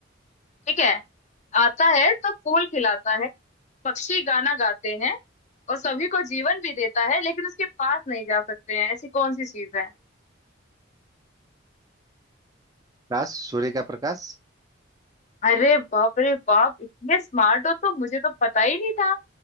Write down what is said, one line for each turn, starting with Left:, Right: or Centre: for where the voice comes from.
Left: ठीक है आता है तब फूल खिलाता है पक्षी गाना गाते हैं और सभी को जीवन भी देता है लेकिन उसके पास नहीं जा सकते हैं ऐसी कौन सी चीज है
Right: प्रकाश सूर्य का प्रकाश
Left: अरे बाप रे बाप इतने स्मार्ट हो तो मुझे तो पता ही नहीं था